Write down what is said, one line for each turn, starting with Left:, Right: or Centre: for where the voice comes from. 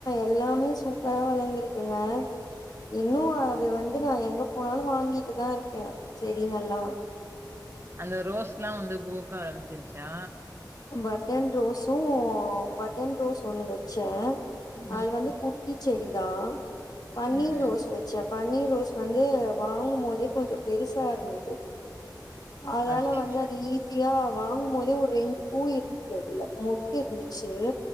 Left: எல்லாமே சூப்பரா வளந்திருக்குங்க இன்னு அது வந்து நா எங்க போனாலு வாங்கிட்டு தா இருக்கே செடிங்கல்லா
Right: அந்த ரோஸ்லா வந்து பூக்க ஆரம்பிச்சிருச்சா
Left: பட்டன் ரோஸு பட்டன் ரோஸ் ஒன்னு வெச்சே
Right: ம்
Left: அது வந்து குட்டி செடி தா பன்னீர்
Right: ம்
Left: ரோஸ் வெச்சே பன்னீர் ரோஸ் வந்து வாங்குமோதே கொஞ்ச பெருசா இருந்தது அதால
Right: அப்டிங்களா
Left: வந்து அது ஈஸியா வாங்குமோதே ஒர் ரெண்டு பூ இருந்துது அதுல மொட்டு இருந்துச்சு